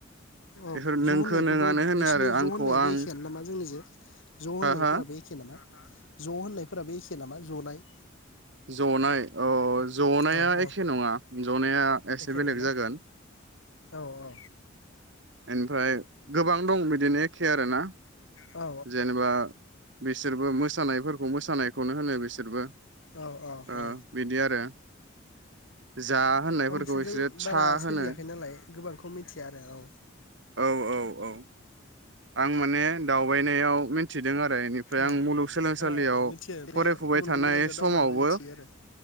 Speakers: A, on the left; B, on the right.
A: औ
B: बेफोर नोंखो
A: ज' होननायखौबो
B: नोंआनो होनो
A: बिसिनि
B: आरो
A: ज'
B: आंखौ
A: होननायाबो
B: आं
A: एखेयानो नामा जोंनि जे ज' होननायफोराबो
B: हा हा
A: एखे नामा? ज' होननायफोराबो एखे नामा जनाय
B: ज'नाय अ जनाया
A: औ औ
B: एखे नङा जनाया एसे
A: एखे
B: बेलेग
A: नङा ना
B: जागोन।
A: औ औ
B: ओमफ्राय गोबां दं बिदिनो एखे आरोना
A: औ
B: जेनेबा बिसोरबो मोसानायफोरखौ मोसानायखौनो होनो बिसोरबो।
A: औ औ
B: ओ
A: औ
B: बिदि आरो जा होननायफोरखौ
A: आं बिसोरजों
B: बिसोरो
A: बारा
B: सा
A: सोलियाखै
B: होनो
A: नालाय गोबांखौ मिथिया आरो औ
B: औ औ औ आं माने दाउ दावबायनायाव मिथि दों आरो बेनिफ्राय
A: औ
B: आं मुलुगसोलोंसालियाव
A: औ औ औ मिथियो बे
B: फरायफुबाय
A: गुबुन
B: थानाय
A: गुबुन जायगायाव दावबायबा
B: समावबो
A: मिथियो आरो